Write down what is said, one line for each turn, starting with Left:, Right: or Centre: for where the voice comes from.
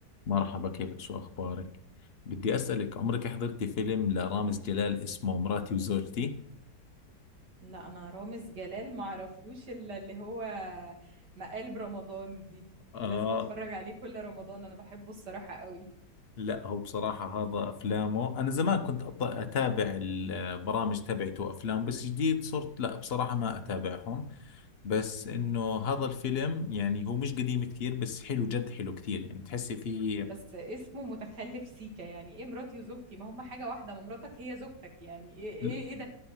Left: مرحبا كيفك شو أخبارك؟ بدي أسألك عمرك حضرتي فيلم لرامز جلال اسمه مراتي وزوجتي؟
Right: لا انا رامز جلال ما اعرفلوش الا اللي هو مقالب رمضان دي
Left: آه
Right: لازم اتفرج عليه كل رمضان انا بحبه الصراحة قوي
Left: لا هو بصراحة هذا أفلامه أنا زمان كنت أط- أتابع البرامج تبعته وأفلام بس جديد صرت لا بصراحة ما أتابعهم بس إنه هذا الفيلم يعني هو مش قديم كثير بس حلو جد حلو كثير يعني تحسي فيه
Right: بس اسمه متخلف سيكا يعني ايه مراتي وزوجتي ما هم حاجة واحدة ما مراتك هي زوجتك يعني ايه ايه
Left: <laughs>
Right: ايه ده